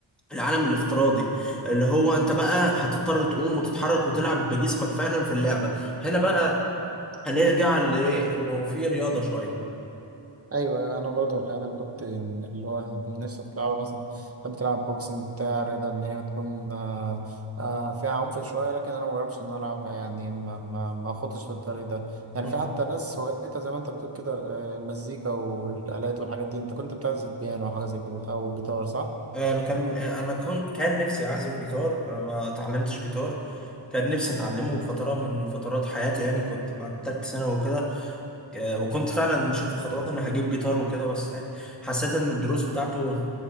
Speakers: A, in the centre; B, on the right.
A: العالم الافتراضي اللي هو انت بقى هتضطر تقوم وتتحرك وتلعب بجسمك فعلا في اللعبة هنا بقى هنرجع لايه انه في رياضه شويه
B: أيوه أيوه أنا برضه الحاجات اللي كنت اللي هو نفسي بتلعبها مثلا كنت بتلعب بوكسنج بتاع رياضة إن هي تكون آه آه فيها عنف شوية لكن أنا مجربش إن أنا ألعبها يعني ما ما ما خدتش في الطريق ده يعني
A: مم.
B: في حتى ناس هوايتها زي ما أنت بتقول كده آه، مزيكا والآلات والحاجات دي أنت كنت بتعزف بيانو أو حاجة زي كده أو جيتار صح؟
A: انا كان انا كنت كان نفسي اعزف جيتار انا ما اتعلمتش جيتار كان نفسي اتعلمه فتره من فترات حياتي يعني كنت بعد تالت سنه وكده ك- وكنت فعلا مشيت في خطوات ان هجيب جيتار وكده بس يعني حسيت ان الدروس بتاعته